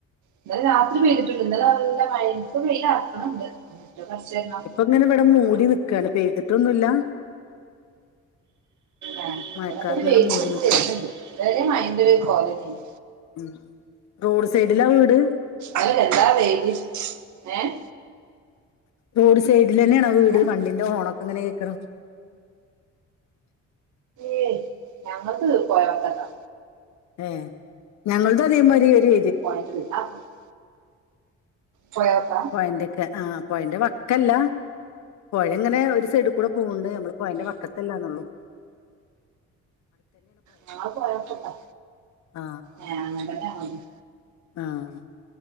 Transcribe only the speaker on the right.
ഇന്നലെ രാത്രി പെയ്തിട്ട്ണ്ട് ഇന്നലെ നല്ല മഴേനി ഇപ്പ വെയ്ലറ്ക്ക്ണ്‌ണ്ട് ന്ന്ട്ട് കൊർച്ചെയ്ന്നാ
ആഹ് <unintelligible>
വെര്ണ്‌ണ്ട്
ഇതരേ മയന്റൊര് കോലെന്നേനി
അഹ് എന്താ വെയ്ല് ഏഹ്
പിന്നെ
ഏയ് ഞങ്ങൾത് പൊയവക്കത്താ
പാറ്റ്ണ്ട് ആ <unintelligible> പൊയവക്കാ
ഞങ്ങള് പൊയവക്കത്താ
ഏഹ് അങ്ങൻതന്നെ ഞങ്ങൾതും